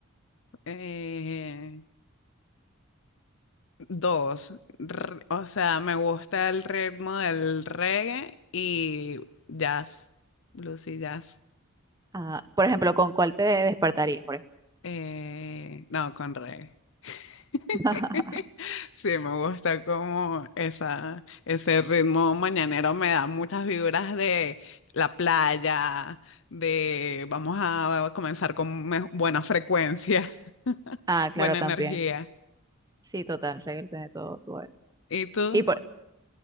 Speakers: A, on the left; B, on the right.
A: Eh, dos, R- o sea, me gusta el ritmo del reggae y jazz, blues y jazz.
B: Ah, por ejemplo, ¿con cuál te despertarías, por ejemplo?
A: Eh, no, con reggae. <laughs>
B: <laughs>
A: Sí, me gusta como esa, ese ritmo mañanero me da muchas vibras de la playa, de vamos a comenzar con me- buena frecuencia, <laughs>
B: Ah, claro,
A: buena
B: también.
A: energía.
B: Sí, total, reírte de todo, todo eso.
A: ¿Y tú?
B: Y por,